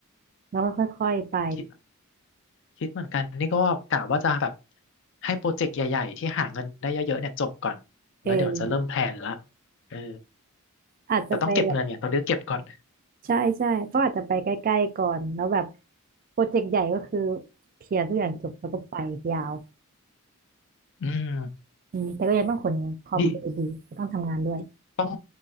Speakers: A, on the right; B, on the left.
A: แล้วก็ค่อยๆไป
B: คิดคิดเหมือนกันนี่ก็กะว่าจะแบบให้โปรเจกต์ใหญ่ๆที่หาเงินได้เยอะๆเนี่ยจบก่อนแล้วเดี๋ยวจะเริ่มแพลนละ
A: เออ
B: เออ
A: อาจจะไปแบบ
B: แต่ต้องเก็บเงินเนี่ยตอนนี้เก็บก่อน
A: ใช่ใช่ก็อาจจะไปใกล้ๆก่อนแล้วแบบโปรเจกต์ใหญ่ก็คือเคลียร์ทุกอย่างจบแล้วก็ไปยาว
B: อืม
A: อืมแต่ก็ยังต้องขนคอมไปดีก็ต้องทำงานด้วย
B: ดิต้อง